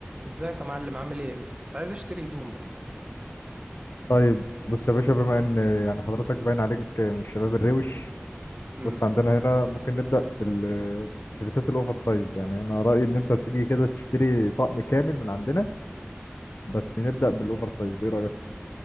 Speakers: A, on the right; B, on the left.
A: ازيك يا معلم عامل ايه كنت عايز اشتري هدوم بس
B: طيب بص يا باشا بما ان يعني حضرتك باين عليك من الشباب الروش
A: امم
B: بص عندنا هنا ممكن نبدأ بال- بالتيشيرتات الاوفر سايز يعني انا رأيي ان انت تيجي كده تشتري طقم كامل من عندنا بس نبدأ بالاوفر سايز ايه رأيك